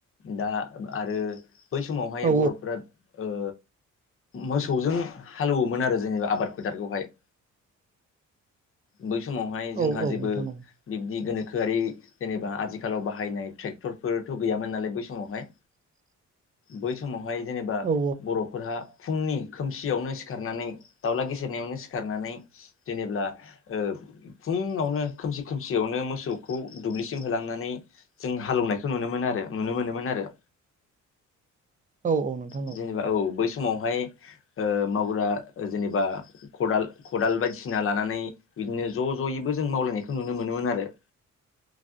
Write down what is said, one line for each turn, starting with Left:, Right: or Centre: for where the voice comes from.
Left: दा आरो बै समावहाय
Right: औ
Left: बर'फोरा ओ‌ मोसौजों हालौवोमोन आरो जोंनिब आबाद फोथारखौहाय। बै समावहाय जोंहा
Right: औ औ
Left: जेबो
Right: नोंथां औ
Left: बिबदि गोनोखोआरि जेनेबा आथिखालाव बाहायनाय ट्रेक्टरफोरथ' गैयामोन नालाय बै समावहाय
Right: <unintelligible>
Left: बै समावहाय जेनेबा
Right: औ
Left: बर' नखरहा फुंनि खोमसियावनो सिखारनानै दावउला गेसेेरनायावनो सिखारनानै जेनेब्ला ओ फुङावनो खोमसि खोमसियावनो मोसौखौ दुब्लिसिम होलांनानै जों हालेवनायखौ नुनोमोनो आरो नुनो मोनोमोन आरो।
Right: औ -औ नोंथां
Left: जेनेबा
Right: औ।
Left: औ बै समावहाय ओ मावग्रा जेनेबा खदाल खदाल बायदिसिना लानानै बिदिनो ज' ज'यैबो जों मावलायनायखौ नुनो मोनोमोन आरो।